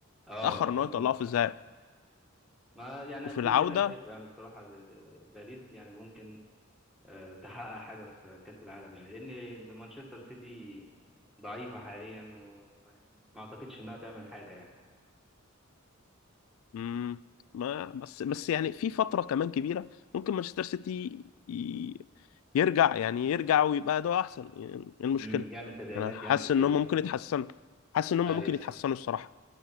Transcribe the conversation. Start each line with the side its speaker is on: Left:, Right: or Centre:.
Centre: اه
Left: اتأخر
Centre: ما
Left: ان هو يطلعه
Centre: هو
Left: في الذهاب
Centre: فعلا. ما يعني
Left: وفي
Centre: دي
Left: العودة
Centre: اللي انا شايفه يعني الصراحة ال- ال- باريس يعني ممكن آه، تحقق حاجة في كأس العالم يعني لأن مانشستر سيتي ضعيفة حاليا وما ما اعتقدش انها تعمل حاجة يعني
Left: مم، ما بس بس يعني في فترة كمان كبيرة ممكن مانشستر سيتي ي- يرجع يعني يرجع ويبقى ده احسن يعني ايه المشكلة
Centre: امم يعمل تدعيمات
Left: انا حاسس
Centre: يعني وكده
Left: ان هم ممكن يتحسنوا حاسس ان هم
Centre: ايوه
Left: ممكن يتحسنوا الصراحة